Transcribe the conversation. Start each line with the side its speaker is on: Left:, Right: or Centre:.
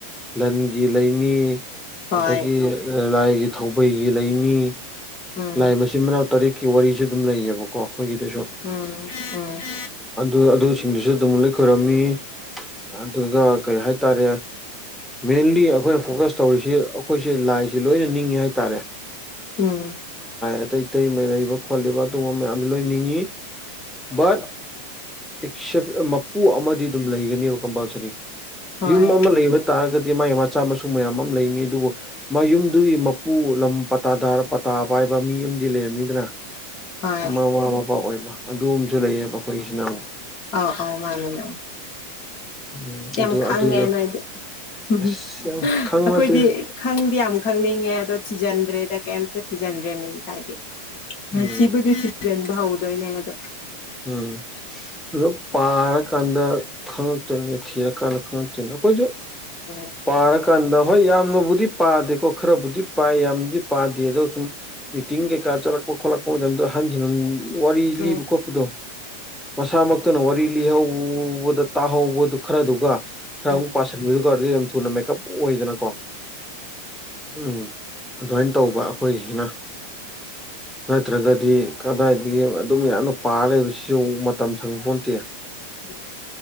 Centre: ꯂꯟꯒꯤ ꯂꯩꯅꯤ
Left: ꯍꯣꯏ
Centre: ꯑꯗꯒꯤ ꯂꯥꯏꯒꯤ ꯊꯧꯕꯩꯒꯤ ꯂꯩꯅꯤ
Left: ꯎꯝ
Centre: ꯂꯥꯏ ꯃꯆꯤꯟ ꯃꯅꯥꯎ ꯇꯔꯦꯠꯀꯤ ꯋꯥꯔꯤꯁꯨ ꯑꯗꯨꯝ ꯂꯩꯌꯦꯕ ꯀꯣ ꯑꯩꯈꯣꯏꯒꯤꯗꯁꯨ
Left: <unintelligible>
Centre: ꯑꯗꯨ ꯑꯗꯨꯁꯤꯡꯗꯨꯁꯨ ꯑꯗꯨꯝ ꯂꯩ ꯈꯣꯏꯔꯝꯃꯤ ꯑꯗꯨꯒ ꯀꯩ ꯍꯥꯏꯇꯥꯔꯦ ꯃꯦꯟꯂꯤ ꯑꯩꯈꯣꯏꯅ ꯐꯣꯀꯁ ꯇꯧꯔꯤꯁꯤ ꯑꯩꯈꯣꯏꯁꯤꯦ ꯂꯥꯏꯁꯤ ꯂꯣꯏꯅ ꯅꯤꯡꯉꯤ ꯍꯥꯏꯇꯥꯔꯦ
Left: ꯎꯝ
Centre: ꯑꯇꯩ ꯑꯇꯩ ꯃ ꯂꯩꯕ ꯈꯣꯠꯂꯤꯕ ꯑꯗꯨꯒꯨꯝꯕ ꯃꯌꯥꯝꯁꯨ ꯂꯣꯏ ꯅꯤꯡꯉꯤ ꯕꯠ ꯑꯦꯁꯞ ꯃꯄꯨ ꯑꯃꯗꯤ ꯑꯗꯨꯝ ꯂꯩꯒꯅꯦꯕ ꯀꯝꯄꯜꯁꯔꯤ
Left: ꯍꯣꯏ
Centre: ꯌꯨꯝ ꯑꯃ ꯂꯩꯕ ꯇꯥꯔꯒꯗꯤ ꯃꯥꯥꯏ ꯃꯆꯥ ꯃꯁꯨ ꯃꯌꯥꯝ ꯑꯃ ꯂꯩꯅꯤ ꯑꯗꯨꯕꯨ ꯃꯥꯏ ꯌꯨꯝꯗꯨꯒꯤ ꯃꯄꯨ ꯂꯝ ꯄꯇꯥ ꯄꯇꯥ ꯄꯥꯏꯕ ꯃꯤ ꯑꯃꯗꯤ ꯂꯩꯔꯝꯅꯤꯗꯅ
Left: ꯍꯣꯏ
Centre: ꯃꯃꯥ ꯃꯄꯥ ꯑꯣꯏꯕ ꯑꯗꯨꯝꯕꯁꯨ ꯂꯩꯌꯦꯕ ꯑꯩꯈꯣꯏꯒꯤꯁꯤꯅ ꯑꯃꯨꯛ
Left: ꯑ ꯑꯥꯎ ꯃꯥꯅꯦ ꯃꯥ
Centre: ꯎꯝ
Left: ꯌꯥꯝ
Centre: ꯑꯗꯨ
Left: ꯈꯪꯉꯦ
Centre: ꯑꯗꯨ
Left: ꯅꯣꯏꯗꯤ ꯎꯝ
Centre: ꯑꯁ ꯌꯥꯝ ꯈꯪꯕ
Left: ꯑꯩꯈꯣꯏꯗꯤ
Centre: ꯅꯠꯇꯦ
Left: ꯈꯪꯗꯤ ꯌꯥꯝ ꯈꯪꯅꯤꯡꯉꯦ ꯑꯗꯣ ꯊꯤꯖꯤꯟꯗ꯭ꯔꯦꯗ ꯀꯩꯝꯇ ꯊꯤꯖꯤꯟꯗ꯭ꯔꯦ ꯃꯤꯝꯇ ꯍꯥꯏꯗꯤ
Centre: ꯎꯝ
Left: ꯊꯤꯕꯨꯗꯤ ꯊꯤꯖꯟꯕ ꯍꯧꯥꯎꯗꯣꯏꯅꯦ ꯑꯗ
Centre: ꯎꯝ ꯑꯣ ꯄꯥꯔꯀꯥꯟꯗ ꯈꯪꯉꯛꯇꯣꯏꯅꯦ ꯊꯤꯔꯀꯥꯟꯗ ꯈꯪꯉꯛꯇꯣꯏꯅꯦ ꯑꯩꯈꯣꯏꯁꯨ
Left: <unintelligible>
Centre: ꯄꯥꯔꯀꯥꯟꯗ ꯍꯣꯏ ꯌꯥꯝꯅꯕꯨꯗꯤ ꯄꯥꯗꯦꯀꯣ ꯈꯔꯕꯨꯗꯤ ꯄꯥꯏ ꯌꯥꯝꯅꯗꯤ ꯄꯥꯗꯦ ꯑꯗꯣ ꯁꯨꯝ ꯃꯤꯇꯤꯡ ꯀꯩꯀꯥ ꯆꯠꯂꯛꯄ ꯈꯣꯠꯂꯛꯄ ꯃꯇꯝꯗꯨꯗ ꯍꯟꯖꯤꯟꯟ ꯋꯥꯔꯤ
Left: ꯎꯝ
Centre: ꯂꯤꯕ ꯈꯣꯠꯄꯗꯣ ꯃꯁꯥꯃꯛ ꯈꯛꯇꯅ ꯋꯥꯔꯤ ꯂꯤꯍꯧꯕꯗ ꯇꯥꯍꯧꯕꯗꯨ ꯈꯔꯗꯨꯒ ꯈꯔ
Left: ꯎꯝ
Centre: ꯑꯃꯨꯛ ꯄꯁꯤꯟꯕꯗꯨꯒ ꯑꯗꯨ ꯊꯨꯅ ꯃꯦꯀꯞ ꯑꯣꯏꯗꯅꯀꯣ ꯎꯝ ꯑꯗꯨꯃꯥꯏꯅ ꯇꯧꯕ ꯑꯩꯈꯣꯏꯁꯤꯅ
Left: <inaudible>
Centre: ꯅꯠꯇ꯭ꯔꯒꯗꯤ ꯀꯗꯥꯏꯗꯒꯤ ꯑꯗꯨꯝ ꯌꯥꯝꯅ ꯄꯥꯔ ꯂꯩꯕꯁꯤꯁꯨ ꯃꯇꯝ ꯁꯪꯕ ꯄꯣꯇꯦ
Left: <inaudible>